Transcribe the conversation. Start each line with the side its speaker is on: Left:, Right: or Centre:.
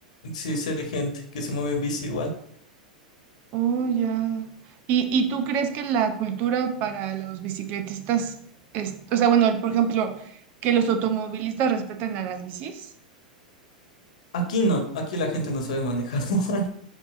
Left: sí, sí hay gente que se mueve en bici igual.
Right: Oh, ya. ¿Y, y tú crees que la cultura para los bicicletistas es, o sea, bueno, por ejemplo, que los automovilistas respeten a las bicis?
Left: Aquí no, aquí la gente no sabe manejar, <laughs>